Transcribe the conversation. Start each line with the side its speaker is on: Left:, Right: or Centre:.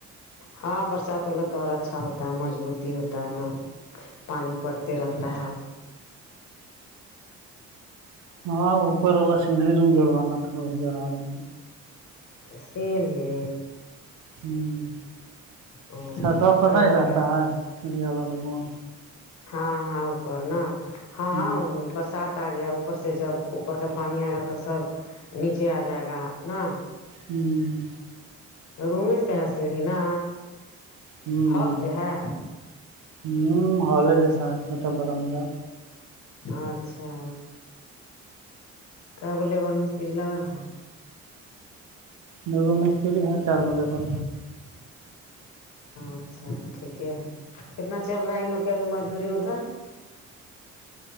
Left: ہاں برسات ہو تو اور اچھا ہوتا ہے مضبوط ہوتا ہے نا پانی پڑتے رہتا ہے
Right: ہا اوپر واشنگ مشین جڑوانا تھا جڑا رہ
Left: اچھا سیڑ ہے
Right: ہوں
Left: او
Right: چھاتر پتہ
Left: کیا بول
Right: ہی رہتا
Left: کا
Right: ہے چڑیال رمن
Left: ہاں ہاں اوپر نا ہاں
Right: ہ
Left: برسات گیا اوپر سے جب اوپر کا پانی آ گا تو سب نیچے آ جائے گا نا
Right: ہوں
Left: روم میں سے ہے سیڑھی نا
Right: ہوں
Left: ہال سے ہے
Right: ہ ہالےجاسے چھوٹا برندہ
Left: اچھا کی گو لیبر مستری لگل ہے <unintelligible>
Right: دو گو مستری ہے چاربگو لیبر
Left: اچھا ٹھیک ہے کتنا چل رہا ہے ان لوگ کی ابھی مزدوری ادھر